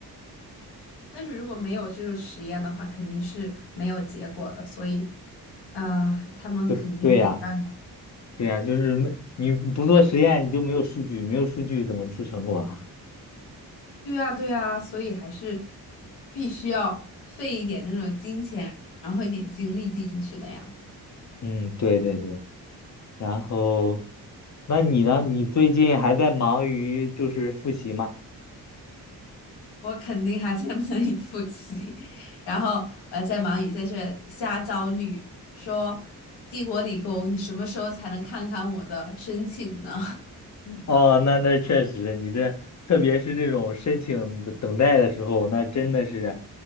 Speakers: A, on the left; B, on the left.
A: 但是如果没有这个实验的话，肯定是没有结果的，所以，啊、他们肯定得让你，
B: 对对呀，对呀，就是没你不做实验，你就没有数据，没有数据怎么出成果啊？
A: 对呀，对呀。所以还是必须要费一点这种金钱，然后一点精力进去的呀。
B: <laughs> 嗯，对对对。然后，那你呢？你最近还在忙于就是复习吗？
A: 我肯定还在 <laughs> 忙里复习，然后我还在忙于在这瞎焦虑，说《帝国理工》，你什么时候才能看看我的申请呢？
B: 哦，那那确实，你这特别是这种申请的等待的时候，那真的是